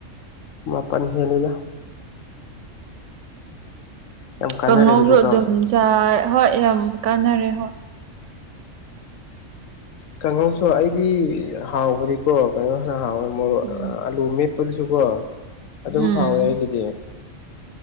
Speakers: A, on the left; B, on the right.
A: ꯃꯥꯄꯜ ꯍꯦꯜꯂꯤꯗ ꯌꯥꯝ ꯀꯥꯟꯅꯔꯦ
B: ꯀꯥꯡꯉꯧꯁꯨ
A: ꯑꯗꯨꯗꯤꯀꯣ
B: ꯑꯗꯨꯝ ꯆꯥꯏ ꯍꯣꯏ ꯌꯥꯝ ꯀꯥꯟꯅꯔꯦ ꯍꯣꯏ
A: ꯀꯥꯡꯍꯧꯁꯨ ꯑꯩꯗꯤ ꯍꯥꯎꯕꯗꯤ ꯀꯣ ꯀꯩꯅꯣ ꯈꯔ ꯍꯥꯎꯋꯦ ꯃꯣꯔꯣꯛ
B: ꯎꯝ
A: ꯑꯂꯨ ꯃꯦꯞꯄꯗꯨꯁꯨ ꯀꯣ ꯑꯗꯨꯝ
B: ꯎꯝ
A: ꯍꯥꯎꯋꯦ ꯑꯩꯒꯤꯗꯤ